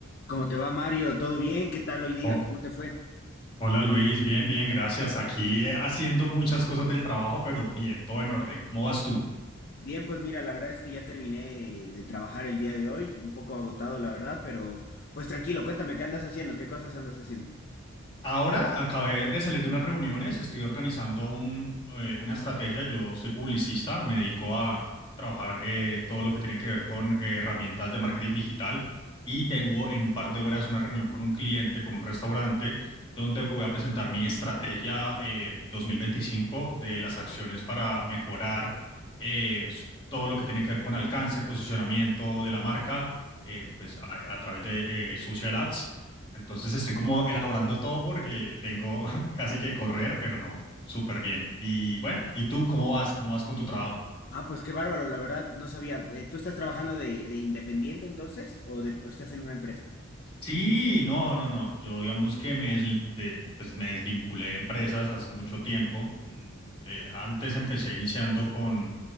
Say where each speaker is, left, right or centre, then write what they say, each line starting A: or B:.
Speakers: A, on the left; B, on the left.
A: ¿Cómo te va, Mario? ¿Todo bien? ¿Qué tal hoy día?
B: Oh,
A: ¿Cómo te fue?
B: hola Luis, bien, bien, gracias. Aquí eh, haciendo muchas cosas del trabajo, pero bien, todo en orden. ¿Cómo vas tú?
A: Bien, pues mira, la verdad es que ya terminé de trabajar el día de hoy, un poco agotado, la verdad, pero pues tranquilo, cuéntame, ¿qué andas haciendo? ¿Qué cosas andas haciendo?
B: Ahora acabé de salir de unas reuniones, estoy organizando un, eh, una estrategia. Yo soy publicista, me dedico a trabajar eh, todo lo que tiene que ver con eh, herramientas de marketing digital y tengo en un par de horas una reunión con un cliente, con un restaurante, donde voy a presentar mi estrategia eh, 2025 de las acciones para mejorar eh, s- todo lo que tiene que ver con alcance, posicionamiento de la marca, eh, pues a, a través de eh, social ads. Entonces estoy como elaborando todo porque tengo <laughs> casi que correr, pero no, súper bien. Y bueno, ¿y tú cómo vas? ¿Cómo vas con tu trabajo?
A: Ah, pues qué bárbaro, la verdad, no sabía. Eh, ¿Tú estás trabajando de, de independiente entonces? ¿O, de- o estás en una empresa?
B: Sí, no, no, no. Yo digamos que me, des- de- pues me desvinculé de empresas hace mucho tiempo. Mm, eh, antes empecé iniciando con